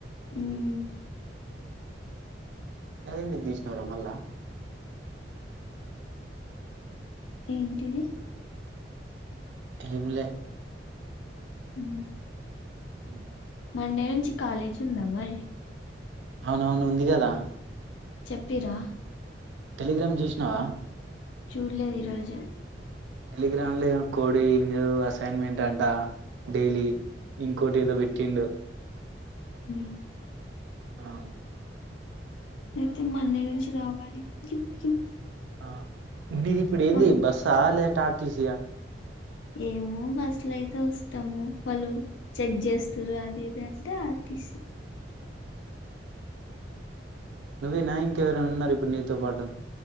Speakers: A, on the left; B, on the right.
A: ఉమ్
B: అది ఎందుకు తీసినావు రా మల్ల
A: ఏంటిది
B: ఏం లే
A: ఉమ్,
B: ఉ ఉమ్
A: మండే నుంచి కాలేజ్ ఉందా మరి?
B: అవునవును ఉంది కదా
A: చెప్పిర్రా?
B: టెలిగ్రామ్ చూసినావా?
A: చూడ్లేదు ఈరోజు
B: టెలిగ్రామ్ లో ఏదో కోడింగ్, ఏదో అసైన్మెంట్ అంట డైలీ ఇంకోటి ఏదో పెట్టిండు.
A: మ్మ్
B: ఆ
A: అయితే మండే నుంచి రావాలి యు.
B: ఆ నీది ఇప్పుడేంది
A: మాక్
B: బస్సా లేదంటే ఆర్టీసీ ఆ
A: ఏమో బస్సులు అయితే వస్తాము, వాళ్ళు చెక్ చేస్తుర్రు అది ఇది అంటే ఆర్టీసీ
B: నువ్వేనా ఇంకా ఎవరైనా ఉన్నారా ఇప్పుడు నీతో పాటు